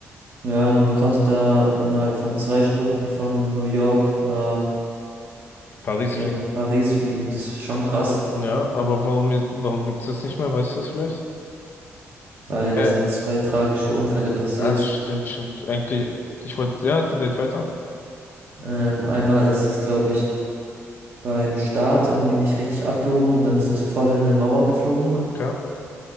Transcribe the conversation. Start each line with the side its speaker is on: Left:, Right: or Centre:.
Right: Ja, man konnte da innerhalb von zwei Stunden von New York nach
Left: Paris
Right: äh,
Left: fliegt.
Right: Paris fliegen. Das ist schon krass,
Left: Ja, aber warum, warum gibt's das nicht mehr? Weißt du das vielleicht?
Right: weil
Left: Äh,
Right: da sind zwei tragische Unfälle passiert.
Left: ach, stimmt, stimmt. Eigentlich, ich wollte, ja, red weiter.
Right: Ähm, einmal ist es, glaube ich, beim Start irgendwie nicht richtig abgehoben und dann ist es voll in eine Mauer geflogen.
Left: Okay.